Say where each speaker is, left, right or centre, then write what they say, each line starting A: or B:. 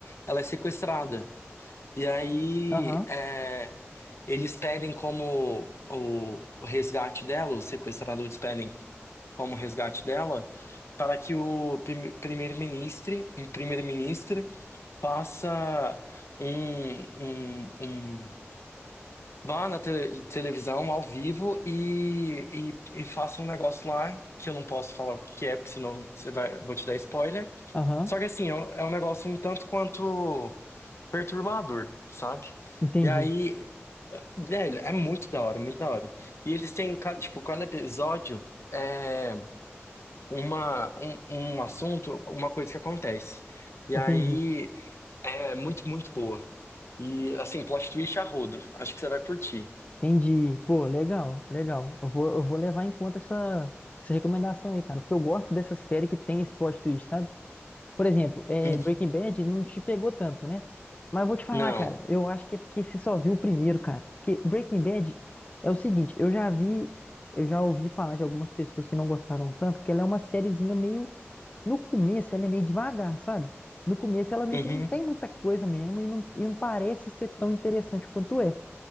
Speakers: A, on the left (about 70°); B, on the left (about 30°).
A: ela é sequestrada. E aí,
B: aham,
A: é, eles pedem como o, o resgate dela, os sequestradores pedem como resgate dela, para que o prime- primeiro-ministro primeiro-ministro faça um, um, um- vá na tele- televisão ao vivo e, e, e faça um negócio lá que eu não posso falar o que é, porque senão você vai, vou te dar spoiler.
B: aham.
A: Só que assim, é um é um negócio um tanto quanto perturbador, sabe?
B: Entendi,
A: E aí, velho, é muito da hora, muito da hora. E eles têm, ca- tipo, cada episódio. é uma, um, um assunto, uma coisa que acontece. E
B: entendi.
A: aí é muito, muito boa. E assim, plot twist a rodo. Acho que você vai curtir.
B: Entendi. Pô, legal, legal. Eu vou, eu vou levar em conta essa, essa recomendação aí, cara, porque eu gosto dessa série que tem esse plot twist, sabe? Por exemplo, é,
A: Hum,
B: Breaking Bad não te pegou tanto, né? Mas eu vou te falar,
A: Não.
B: cara, eu acho que é porque você só viu o primeiro, cara. Porque Breaking Bad é o seguinte, eu já vi, eu já ouvi falar de algumas pessoas que não gostaram tanto, que ela é uma sériezinha meio, no começo ela é meio devagar, sabe? No começo ela meio
A: Uhum.
B: que não tem muita coisa mesmo e não, e não parece ser tão interessante quanto é.